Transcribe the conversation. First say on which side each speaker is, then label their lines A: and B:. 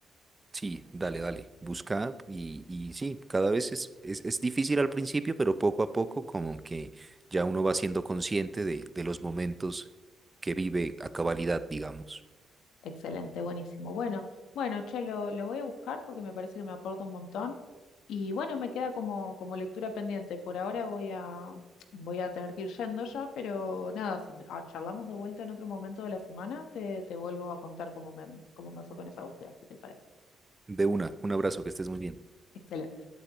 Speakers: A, on the right; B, on the left.
A: Sí, dale, dale, busca y, y sí, cada vez es, es, es difícil al principio, pero poco a poco como que ya uno va siendo consciente de, de los momentos que vive a cabalidad, digamos.
B: Excelente, buenísimo. Bueno, bueno, che, lo, lo voy a buscar porque me parece que me aporta un montón. Y bueno, me queda como, como lectura pendiente. Por ahora voy a, voy a tener que ir yendo ya, pero nada, si ah, charlamos de vuelta en otro momento de la semana, te, te vuelvo a contar cómo me, cómo me fue con esa búsqueda, si te parece.
A: De una, un abrazo, que estés muy bien.
B: Excelente.